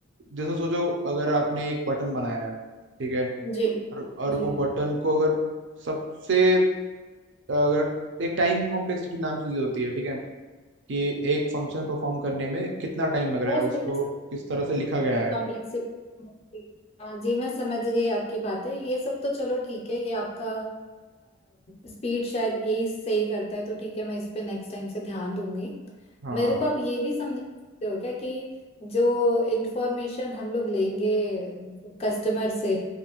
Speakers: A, on the right; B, on the left.
A: जैसे सोचो अगर आपने एक बटन बनाया है ठीक है
B: जी
A: और, और वो
B: जी
A: बटन को अगर सबसे अगर एक टाइम कॉम्प्लेक्सिटी नाम की चीज होती है ठीक है कि एक फंक्शन परफॉर्म करने में कितना टाइम लग रहा
B: बस
A: है उसको
B: बस
A: किस तरह से लिखा गया है
B: कॉम्प्लेक्सिटी हाँ जी मैं समझ गई आपकी बातें ये सब तो चलो ठीक है ये आपका स्पीड शायद यही सही करता है तो ठीक है मैं इस पे नेक्स्ट टाइम से ध्यान दूंगी
A: हाँ
B: मेरे को आप ये भी समझ सकते हो क्या कि जो इंफॉर्मेशन हम लोग लेंगे कस्टमर से